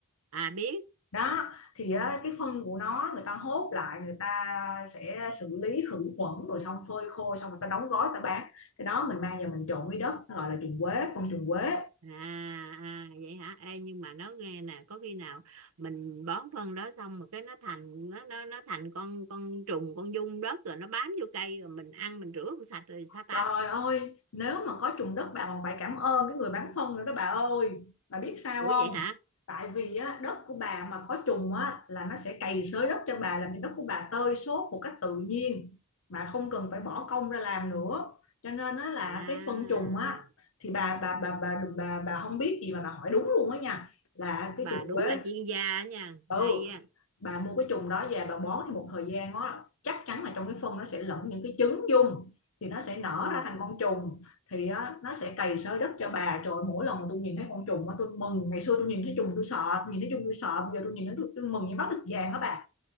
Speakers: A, on the right; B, on the left.
A: à biết
B: đó thì cái phân của nó người ta hốt lại người ta sẽ xử lý khử khuẩn rồi xong phơi khô xong người ta đóng gói người ta bán cái đó mình mang về mình trộn với đất nó gọi là trùng quế con trùng quế
A: à à vậy hả Ê, nhưng mà nó nghe nè có khi nào mình bón phân đó xong mà cái nó thành nó nó nó thành con con trùng con giun đất rồi nó bám vô cây rồi mình ăn mình rửa không sạch rồi sao ta
B: Trời ơi, nếu mà có trùng đất bà còn phải cảm ơn cái người bán phân nữa đó bà ơi. Bà biết sao
A: ủa
B: không?
A: vậy hả
B: Tại vì á, đất của bà mà có trùng á, là nó sẽ cày xới đất cho bà làm cho đất của bà tơi xốp một cách tự nhiên mà không cần phải bỏ công ra làm nữa. Cho nên á, là
A: à
B: cái phân trùng á thì bà bà bà bà bà, bà không biết gì mà bà hỏi đúng luôn á nha là cái
A: bà
B: trùng
A: đúng
B: quế
A: là chuyên gia nha
B: ừ
A: hay á
B: bà mua cái chùm đó về bà bón thì một thời gian á chắc chắn là trong cái phân nó sẽ lẫn những cái trứng dung thì nó sẽ nở
A: ừ
B: ra thành con trùng thì nó sẽ cày xới đất cho bà trời mỗi lần mà tôi nhìn thấy con trùng á tôi mừng ngày xưa tôi nhìn thấy trùng tôi sợ nhìn thấy trùng tôi sợ bây giờ tôi nhìn thấy tôi, tôi mừng như bắt được vàng đó bà